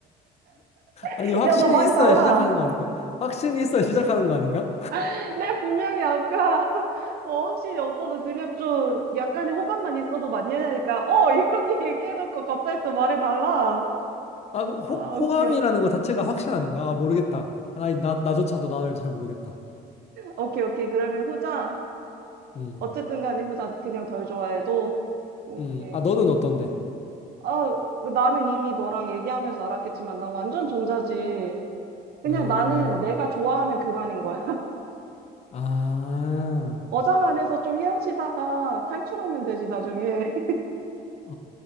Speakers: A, on the right (about 65°); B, on the left (about 40°).
A: <laughs>
B: 아니, 확신이
A: 야, 너 말이
B: 있어야
A: 달라.
B: 시작하는 거 아닌가? 확신이 있어야 시작하는 거 아닌가?
A: <laughs> 내 분명히 아까, <laughs> 어, 확신이 없어도 그냥 좀 약간의 호감만 있어도 만나니까, 어, 이렇게 <laughs> 얘기해놓고 갑자기 또 말이 달라.
B: 아, 호,
A: 아, 웃겨.
B: 호감이라는 거 자체가 확신 아닌가? 아, 모르겠다. 나, 나, 나조차도 나를 잘 모르겠다.
A: 오케이, 오케이. 그러면 후자.
B: 음.
A: 어쨌든 간에 후자 그냥 덜 좋아해도. 오케이.
B: 음. 아, 너는 어떤데?
A: 아, 나는 이미 너랑 얘기하면서 알았겠지만, 나 완전 전자지. 그냥
B: 아.
A: 나는 내가 좋아하면 그만인 거야. <laughs>
B: 아,
A: 어장 안에서 좀 헤엄치다가 탈출하면 되지, 나중에. <laughs>
B: 아,